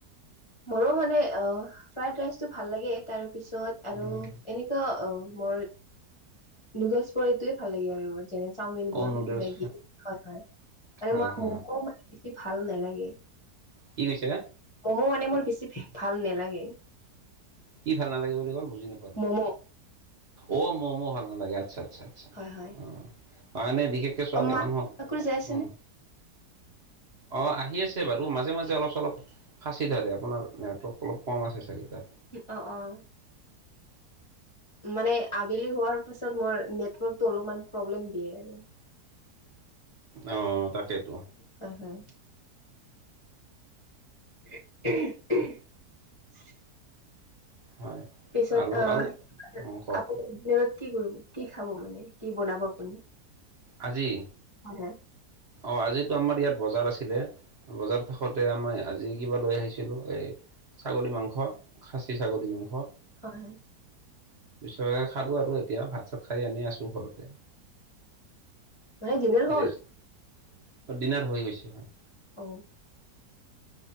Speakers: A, on the left; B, on the right.
A: মোৰো মানে অ ফ্ৰাইড ৰাইচ টো ভাল লাগে তাৰপিছত আৰু
B: অ'
A: এনেকুৱা অ মোৰ। নুডলছ পটোৱে ভাল লাগে আৰু যেনে- চাওমিন
B: অ'
A: বোৰ
B: নুডলছ
A: মেগী হয় হয় মানে
B: হয়
A: মোৰ
B: হয়
A: মম' মানে বেছি ভাল নালাগে।
B: কি কৈছা।
A: মম মানে মোৰ বেছি ভাল নালাগে।
B: কি ভাল নালাগে বুলি কলা বুজি নাপালো,
A: ম'ম'
B: অ ম'মো ভাল নালাগে আচ্ছা। অ আচ্ছা আচ্ছা
A: হয় হয়
B: অঁ মানে বিশেষকে ছোৱালী
A: মা
B: মানুহক
A: চাকৰি যাই আছে
B: উম-
A: নে
B: অঁ আহি আছে বাৰু মাজে মাজে অলপ চলপ- ফাঁচি ধৰে আপোনাৰ নেটৱৰ্ক অলপ কম আছে চাগে। তাত
A: অঁ অঁ, মানে- আবেলি হোৱাৰ পাছত মই নেটৰ্কতটো অলপমান প্ৰব্লেম দিয়ে আৰু।
B: অঁ তাকেইতো।
A: হয় হয়। <unintelligible>
B: হয়
A: পিছত
B: আৰু
A: অঁ
B: আৰু অঁ কওক
A: আপুনি ডিনাৰত কি কৰিব কি খাব মানে কি বনাব আপুনি?
B: আজি-
A: হয়।
B: অঁ আজিতো আমাৰ ইয়াত বজাৰ আছিলে। বজাৰ শেষতে আমি আজি কিবা লৈ আহিছিলো এই- ছাগলী মাংস খাচী ছাগলী মাংস-
A: হয় হয়।
B: পিছত খালো আৰু এতিয়া ভাত চাত খাই এনেই আছোঁ ঘৰতে।
A: মানে ডিনাৰ হ'ল
B: ৰেষ্ট ডিনাৰ হৈ গৈছে হয়।
A: অ